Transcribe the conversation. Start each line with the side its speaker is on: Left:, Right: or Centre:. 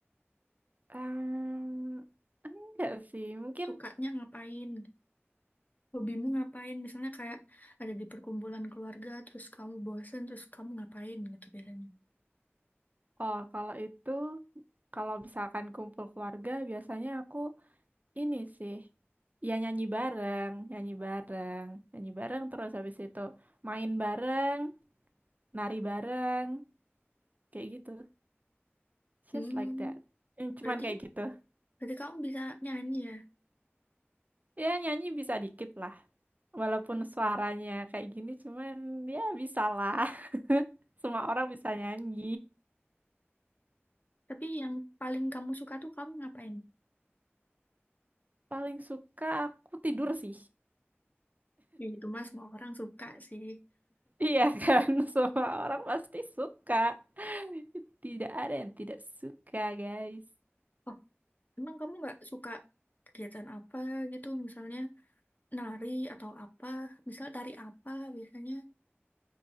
Right: Ehm, enggak sih, mungkin
Left: Sukanya ngapain? Hobimu ngapain? Misalnya kayak ada di perkumpulan keluarga, terus kamu bosen, terus kamu ngapain gitu biasanya.
Right: Oh, kalau itu, kalau misalkan kumpul keluarga, biasanya aku ini sih, ya nyanyi bareng, nyanyi bareng, nyanyi bareng terus habis itu main bareng, nari bareng, kayak gitu. Just
Left: Hmm,
Right: like that. Yang
Left: berarti
Right: Cuman kayak gitu.
Left: berarti kamu bisa nyanyi ya.
Right: Ya nyanyi bisa dikit lah. Walaupun suaranya kayak gini, cuman ya bisa lah. <laughs> Semua orang bisa nyanyi.
Left: Tapi yang paling kamu suka tuh kamu ngapain?
Right: Paling suka aku tidur sih.
Left: Ya gitu mas, semua orang suka sih.
Right: Iya kan, <laughs> semua orang pasti suka. Tidak ada yang tidak suka, guys.
Left: Oh, emang kamu nggak suka kegiatan apa gitu? Misalnya nari atau apa? Misal tari apa biasanya?